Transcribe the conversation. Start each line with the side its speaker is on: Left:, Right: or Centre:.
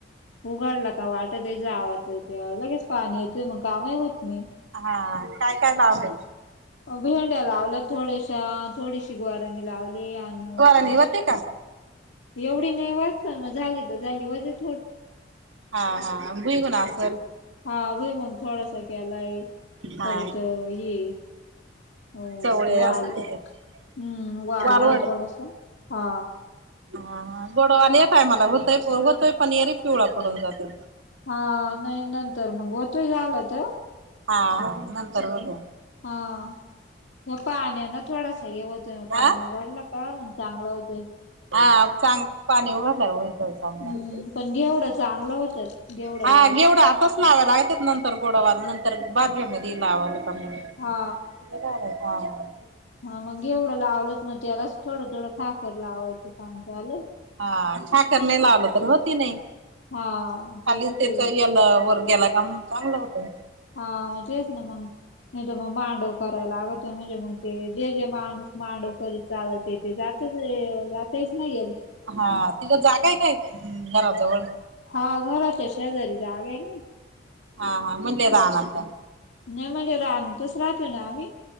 Left: उघाडला का वाटत त्याचा आवाज येतोय लगेच पाणी येत मग कामही होत नाही.
Right: हा काय काय लावलय.
Left: भेंड्या लावल्या थोड्याशा थोडीशी गुवारांनी लावली आण
Right: गोरानी होती का
Left: एवढी नाही होत पण मग झाली तर झाली वजेच
Right: हा हा भूई मुग असल.
Left: हा भुईमुग मग थोडासा केलाय
Right: हा
Left: परत ये हो
Right: चवळे
Left: ते वाल
Right: असेल त्याच्यात
Left: हम् वाल
Right: वालवड
Left: आहे थोडासा हा
Right: हा हा गोडवाले येत आहे पण होतय मला होतय होतोय पिवळा पडून जातोय.
Left: हा नाही नंतर मग होतोय झालं तर
Right: हा हा नंतर बघूया.
Left: हा या पाण्यान थोडासा हे होतोय पाणी
Right: हा आ
Left: वाढलं का म्हग चांगला होतोय.
Right: हा चांगल पाणी भरलाय होईल तवर
Left: हम्म पण घेवढं चांगलं होतत घेवढं
Right: हा
Left: लावलं
Right: घेवढा आताच लावा लागतात नंतर गोडवाला नंतर बदममध्ये लावा ला होता.
Left: हा
Right: हा
Left: हा मग एवढं लावलंच मग त्यालाच थोडं थोडं खाकर लावायचं काम झाले.
Right: हा ठाकर नाही लावलं तर होती नाही.
Left: हा
Right: खालीच
Left: ते ते
Right: त्याच यल वरगेला का मग चांगलं होतं.
Left: हा म तेच ना मग. नाही त मग मांडव करायला लागत. म्हणजे मग ते जे जे माणूस मांडव करीत चालल तेथे जातच जातेच ना यल.
Right: हा तिथं जागाय काय? घराजवळ?
Left: हा घराच्या शेजारी जागाय ना.
Right: हा हा म्हणले रांनात का?
Left: नाही म्हणजे रानातच राहतोय ना आम्ही.